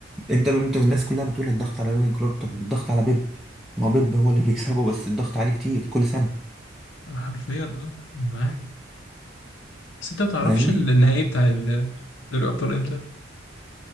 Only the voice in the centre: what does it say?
انت انت الناس كلها بتقول الضغط على يورجن كلوب طب الضغط على بيب ما هو بيب هو اللي بيكسبه بس الضغط عليه كتير كل سنه
فاهمني